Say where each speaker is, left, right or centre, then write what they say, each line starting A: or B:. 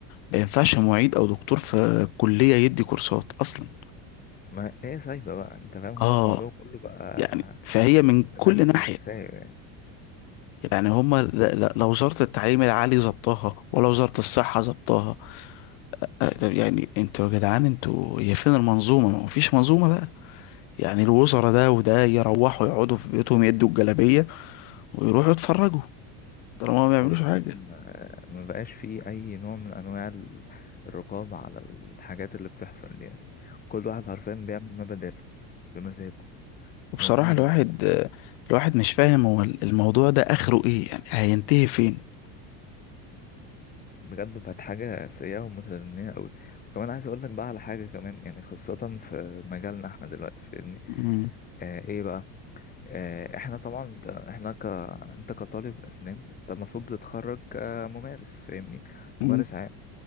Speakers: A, on the left (about 65°); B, on the left (about 20°).
A: ما ينفعش معيد او دكتور في كلية يدي كورسات اصلا
B: ما إيه سايبة بقى أنت فاهم هو
A: اه
B: الموضوع كله بقى
A: يعني فهي من
B: متبني
A: كل ناحية
B: وسايب يعني
A: يعني هما لا لا لا وزارة التعليم العالي ظبطها ولا وزارة الصحة ظبطها آه، طب يعني انتوا يا جدعان انتوا هي فين المنظومة ما فيش منظومة بقى يعني الوزراء
B: أنا
A: ده وده يروحوا يقعدوا في بيوتهم يدوا الجلابية ويروحوا يتفرجوا طالما ما بيعملوش
B: والله
A: حاجة
B: فاهم آه، ما بقاش فيه أي نوع من أنواع ال- الرقابة على الحاجات اللي بتحصل دي يعني كل واحد حرفيا بيعمل ما بداله بمزاجه
A: وبصراحة
B: ومفيش
A: الواحد الواحد مش فاهم هو الموضوع ده آخره إيه يعني هينتهي فين
B: بجد بقت حاجة سيئة ومتدنية قوي وكمان عايز اقول لك بقى على حاجة كمان يعني خاصة في مجالنا احنا دلوقتي فاهمني
A: مم.
B: آه ايه بقى آه احنا طبعا انت احنا ك انت كطالب اسنان انت المفروض بتتخرج كممارس فاهمني
A: مم.
B: ممارس عام